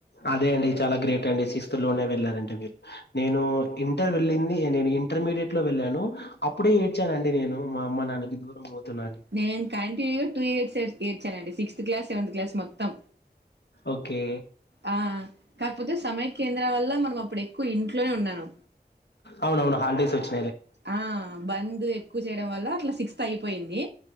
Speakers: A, on the left; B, on the right.
A: అదే అండి చాలా గ్రేట్ అండి సిక్స్త్లోనే వెళ్ళారంటె మీరు నేను ఇంటర్ వెళ్ళింది నేను ఇంటర్మీడియట్ లో వెళ్ళాను అప్పుడే ఏడ్చాను అండి నేను మా అమ్మ నాన్నకి దూరం అవుతున్నా అని
B: నేను కంటిన్యూగా టూ ఇర్స్ ఏడ్చానండి సిక్స్త్ క్లాస్ సెవెంత్ క్లాస్ మొత్తం
A: ఓకే
B: ఆ కాకపోతే సమయ కేంద్రాల వల్ల మనం అప్పుడు ఎక్కువ ఇంట్లోనే ఉన్నాను
A: అవునవును హాల్డేస్ వచ్చి
B: ఆ బంద్ ఎక్కువ చేయడం వల్ల అట్లా సిక్స్త్ అయిపోయింది